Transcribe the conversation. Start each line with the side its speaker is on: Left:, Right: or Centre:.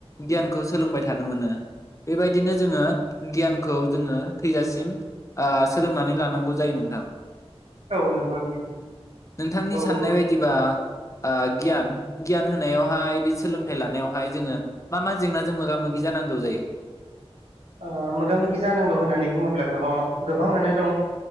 Left: गियानखौ सोलोंबाय थानो मोनो। बेबायदिनो जोङो गियान खौ जोङो थैजासिम ओ सो सोलोंनानै लानांगौ जायो नोंथां।
Right: औ नंगौ नंगौ
Left: नोंथांनि
Right: औ
Left: साननाय
Right: औ
Left: बायदिबा ओ गियान गियान होनायावहाय बे सोलोंथाइ लानायावहाय जोङो मा मा जेंनाजों मोगा मोगि जानांगौ जायो?
Right: ओ मोगा मोगि जानांगौ होननानै बुङोब्लाथ गोबाङानो दं